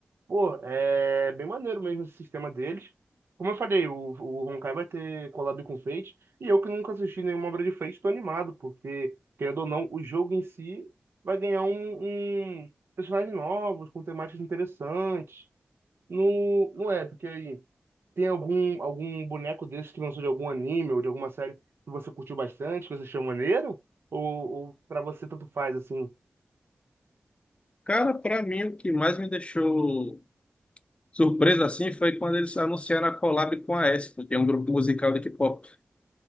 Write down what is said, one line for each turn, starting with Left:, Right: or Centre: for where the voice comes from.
Right: Pô, é bem maneiro mesmo esse sistema deles. Como eu falei, o, o Honkai vai ter collab com Fate, e eu que nunca assisti nenhuma obra de Fate, tô animado, porque, querendo ou não, o jogo em si vai ganhar um, um personagens novos, com temáticas interessantes. Não, não é, porque aí tem algum, algum boneco desse que lançou de algum anime ou de alguma série que você curtiu bastante, que você achou maneiro? Ou, ou pra você tanto faz, assim?
Left: Cara, pra mim o que mais me deixou surpreso assim foi quando eles anunciaram a collab com a Espa, que é um grupo musical de K-pop.